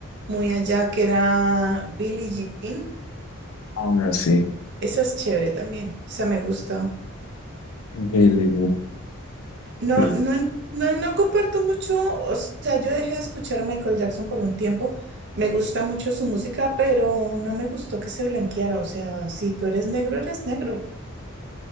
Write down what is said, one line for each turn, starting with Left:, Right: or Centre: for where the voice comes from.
Right: muy allá, que era Billie Jean.
Left: Ahora sí.
Right: Esa es chévere también, esa me gusta.
Left: Billy,
Right: No,
Left: sí.
Right: no, en- no, no comparto mucho, o sea, yo dejé de escuchar a Michael Jackson por un tiempo. Me gusta mucho su música, pero no me gustó que se blanqueara. O sea, si tú eres negro, eres negro.